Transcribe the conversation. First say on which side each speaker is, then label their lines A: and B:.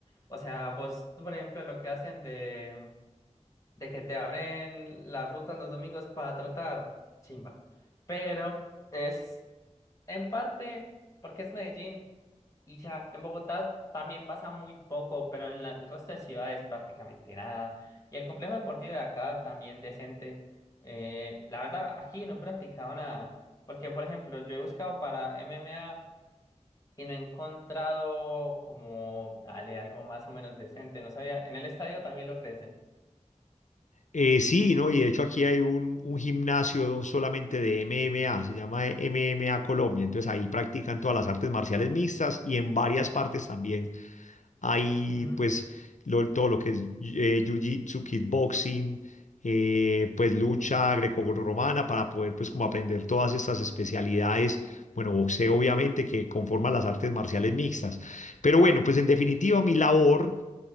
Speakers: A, on the left; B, on the left.
A: O sea, vos, por ejemplo, lo que hacen de, de que te abren las rutas los domingos para trotar, chimba. Pero es en parte porque es Medellín y ya, en Bogotá también pasa muy poco, pero en la- el resto de ciudades prácticamente nada. Y el complejo deportivo de acá también decente. Eh, la verdad, aquí no he practicado nada, porque por ejemplo, yo he buscado para MMA y no he encontrado como, dale, algo más o menos decente. No sabía, en el estadio también lo ofrecen.
B: Eh, sí, ¿no? Y de hecho aquí hay un, un gimnasio solamente de MMA, se llama MMA Colombia, entonces ahí practican todas las artes marciales mixtas y en varias partes también Hay
A: Ujú.
B: pues lo- todo lo que es eh, jiu-jitsu, kickboxing, eh, pues lucha grecorromana para poder pues como aprender todas estas especialidades. Bueno, boxeo obviamente que conforma las artes marciales mixtas. Pero bueno, pues en definitiva mi labor